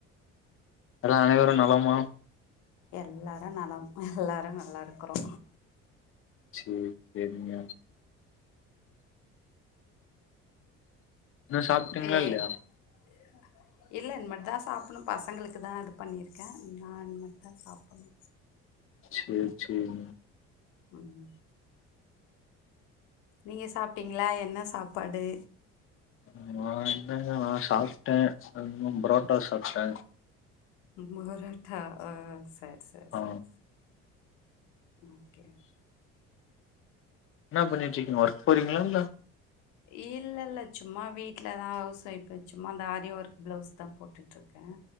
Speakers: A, on the left; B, on the left.
A: எல்லா அனைவரு நலமா
B: எல்லாரு நலம் எல்லாரு நல்லாருக்குறோ
A: சேர் சேரிங்க ன்னு சாப்ட்டீங்களா
B: ஏய்
A: இல்லையா
B: <unintelligible> இல்ல இன்மேட் தா சாப்புணு பசங்களுக்கு தா இது பண்ணிர்க்கே நா இன்மேட் தா சாப்பணு
A: சேர் சேரிங்
B: ம் நீங்க சாப்ட்டீங்களா என்ன சாப்பாடு
A: ம் மா என்னங்க நா சாப்ட்டே <inaudible> ப்ரோட்டா சாப்ட்டே
B: மொரோட்டா ஆ சர் சர்
A: ஆ
B: சர் ஓகே
A: என்னா பண்ணிட்ருக்கீங் ஒர்க் போறீங்ளா இல்ல
B: இல்லல்ல சும்மா வீட்ல தா ஹவுஸ் வொய்ஃப்பு சும்மா இந்த ஆரி ஒர்க் ப்ளவுஸ் தா போட்டுட்ருக்க